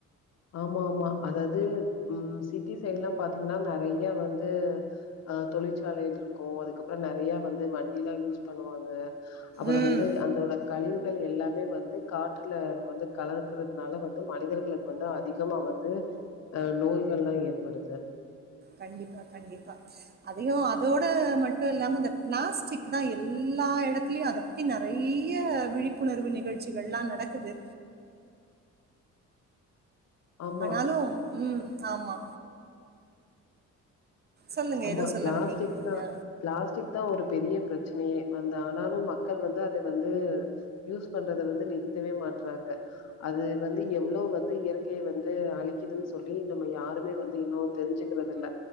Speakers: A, on the left; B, on the right.
A: ஆமா ஆமா அதாவது ம் சிட்டி சைடொல்லா பாத்தீங்னா நெறைய வந்து அஹ் தொழிற்சாலைல்ருக்கு அதுக்கப்புறம் நெறைய வந்து வண்டில்லா யூஸ் பண்ணுவாங்க அப்புறம்
B: ம்.
A: வந்து அந்தோட கழிவுகள் எல்லாமே வந்து காற்றுல வந்து கலக்குறதுனால வ ந்து மனிதர்களுக்கு வந்து அதிகமா வந்து அஹ் நோய்கள்லா ஏற்படுது
B: கண்டிப்பா கண்டிப்பா அதையு அதோட மட்டும் இல்லாம அந்த பிளாஸ்டிக் தா எல்லா இடத்துலயும் அதபத் தி நெறைய விழிப்புணர்வு நிகழ்ச்சிகள்லா நடக்குது
A: ஆமா
B: ஆனாலு ம் ஆமா சொல்லுங்க
A: ஆமா
B: ஏதோ சொல்ல
A: பிளாஸ்டிக்
B: வந்தீங்களே
A: தா
B: ஆ
A: பிளாஸ்டிக் தா ஒரு பெரிய பிரச்சனையே அந்த ஆனாலு மக்கள் வந்து அது வந்து யூஸ் பண்றத வந்து நிறுத்தவே மாற்றாங்க அது வந்து எவ்ளோ வந்து இயற்கையை வந்து அழிக்குதுன்னு சொல்லி நம்ம யாருமே வந்து இன்னும் தெரிஞ்சுக்றது இல்ல